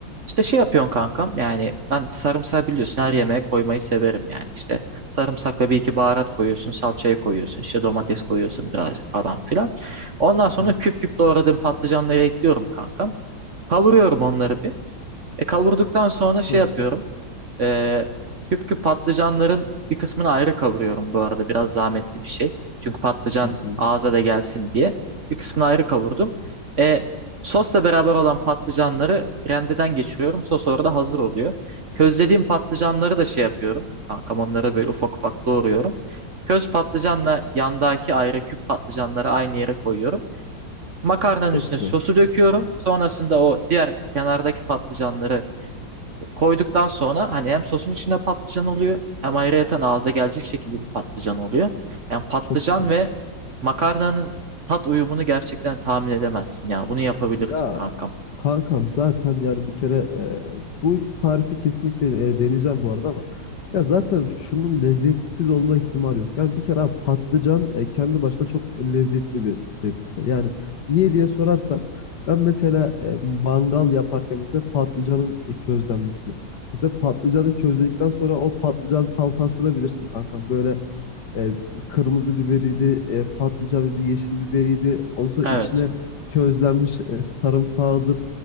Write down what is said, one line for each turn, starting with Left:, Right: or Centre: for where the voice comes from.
Right: İşte şey yapıyorsun kankam yani ben sarımsağı biliyorsun her yemeğe koymayı severim yani. İşte sarımsakla bir iki baharat koyuyorsun, salçayı koyuyorsun, işte domates koyuyorsun birazcık falan filan. Ondan
Left: Hı
Right: sonra
Left: hı.
Right: küp küp doğradığım patlıcanları ekliyorum kankam. Kavuruyorum onları bir. E, kavurduktan sonra şey
Left: Çok
Right: yapıyorum.
Left: güzel.
Right: Ee, küp küp patlıcanların bir kısmını ayrı kavuruyorum bu arada. Biraz zahmetli bir şey. Çünkü patlıcan
Left: Hı hı.
Right: ağza da gelsin diye. Bir kısmını ayrı kavurdum. Ee, sosla beraber olan patlıcanları rendeden geçiriyorum. Sos orada hazır oluyor. Közlediğim patlıcanları da şey yapıyorum. Kankam onları böyle ufak ufak doğruyorum. Köz patlıcanla yandaki ayrı küp patlıcanları aynı yere koyuyorum. Makarnanın
Left: Çok
Right: üstüne
Left: güzel.
Right: sosu döküyorum. Sonrasında o diğer kenardaki patlıcanları Koyduktan sonra hani hem sosun içinde patlıcan oluyor hem ayrıyeten ağza gelecek şekilde bir patlıcan oluyor. Yani patlıcan
Left: Çok güzel.
Right: ve makarnanın tat uyumunu gerçekten tahmin edemezsin ya. Bunu yapabilirsin
Left: Ya
Right: kankam.
Left: kankam zaten yani bir kere e, bu tarifi kesinlikle e, deneyeceğim bu arada ama ya zaten şunun lezzetsiz olma ihtimali yok. Yani bir kere abi patlıcan e, kendi başına çok lezzetli bir sebze. Yani niye diye sorarsan ben mesela e, mangal yaparken mesela patlıcanın e, közlenmesini. Mesela patlıcanı közledikten sonra o patlıcan salatasını bilirsin kankam. Böyle e, kırmızı biberiydi, e, patlıcanıydı, yeşil biberiydi. Ondan sonra
Right: Evet.
Left: içine közlenmiş e, sarımsağıdır.